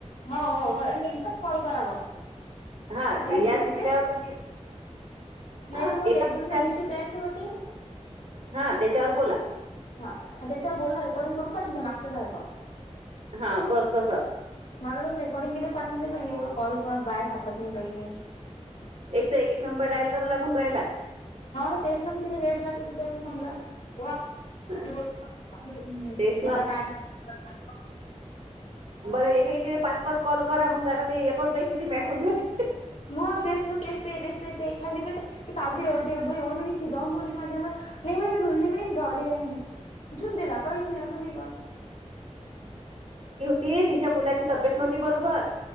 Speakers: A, on the left; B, on the right.
A: हो हो खरं णी एकदाच कॉल करावा
B: हा याच
A: लागिन त तेंच
B: <inaudible>
A: नाही त मग
B: एका
A: वेगवेगळे
B: विषया
A: विषय द्यायचे होते.
B: हा त्याच्यावर बोला.
A: हा त्याच्यावर बोलन रेकॉर्डिंग करून पाठवून द्या मागच्या सारखं.
B: हा बस तस.
A: माग कस रेकॉर्डिंग केलं पाठवून दिलं, एवढं कॉल कोनच बाया सापडत नाही कही नाही.
B: एक त एक एक नंबर डायल करा लागून राहिला.
A: हा, तेच ना. म ते. वेट जाते तिथं त समजा. वा <unintelligible>
B: हा,
A: हम्म.
B: तेच ना
A: आता काय? <unintelligible>
B: बरं, एक एकी पाच- पाच कॉल करा. मग आता ते एकच बाई, किती मॅट होऊन जाती.
A: मग, तेच ना. तेच ते. तेच ते. ते एखादि बाई, ते काल त एवढ एक बाई एवढ म्हजी खिजऊन बोलली माझ्या अंगावर. नाही म्हणे मी, घरी नाही म्हणे. मी गावाला यायलेय म्हणे. ठेवून दिला. काहीच नाही. असं नाही कर
B: ती तिच्या मुलाची तब्येत नव्हती बरोबर.